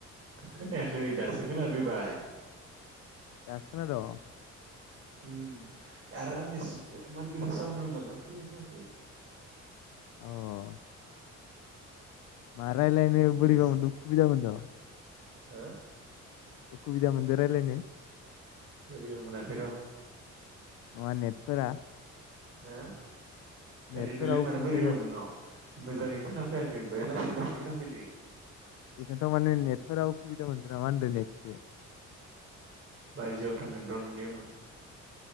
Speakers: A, on the right; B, on the left.
A: खोनायाखै दासो खोनादोबाय।
B: दासो खोनाद'?
A: उम आरो आंना <unintelligible>
B: अ' मा रायलायनो बोरिबा
A: नेक्स्ट
B: मोनदो खुबिदा मोनद'?
A: हो?
B: उखुबिदा मोनदो रायलायनो?
A: बोरिबा मोनाखै र'
B: नङा नेटफोरा
A: हो
B: नेटफोरा
A: ओरैनोलाय
B: उसुबिदा
A: मानो बोरैबा
B: जादों
A: मोनन मोजाङै खोनाफैयाखै बया लासै लासै खोनाफैदो
B: बेखौयथ माने नेटफोरा अखुबिदा मोनदो नामा होनदो नेटखो
A: बायजोआव थांगोनर आं इनि उनाव